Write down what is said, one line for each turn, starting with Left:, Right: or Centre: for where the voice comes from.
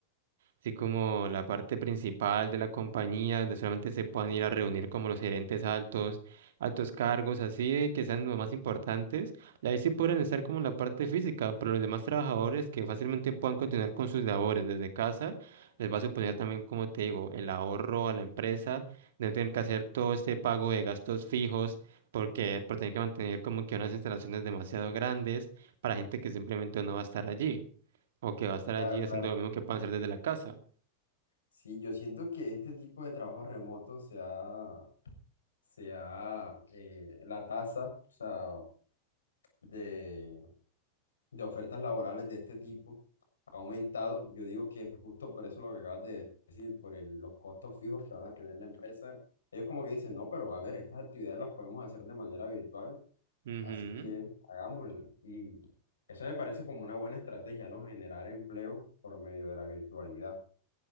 Right: así como la parte principal de la compañía, donde solamente se puedan ir a reunir como los gerentes altos, altos cargos, así de que sean los más importantes. Y ahí sí pueden estar como en la parte física, pero los demás trabajadores que fácilmente puedan continuar con sus labores desde casa, les va a suponer también, como te digo, el ahorro a la empresa, de no tener que hacer todo este pago de gastos fijos, porque por tener que mantener como que unas instalaciones demasiado grandes para gente que simplemente no va a estar allí. O que va a estar
Left: Claro,
Right: allí
Left: claro.
Right: haciendo lo mismo que puedan hacer desde la casa.
Left: Sí, yo siento que este tipo de trabajo remoto se ha, se ha, eh, la tasa, o sea, de, de ofertas laborales de este tipo ha aumentado. Yo digo que justo por eso lo que acabas de decir, por el- los costos fijos que van a tener la empresa, ellos como que dicen, no, pero a ver, estas actividades las podemos hacer de manera virtual,
Right: Ujú.
Left: así que hagámoslas. Y eso me parece como una buena estrategia, ¿no? Generar empleo por medio de la virtualidad.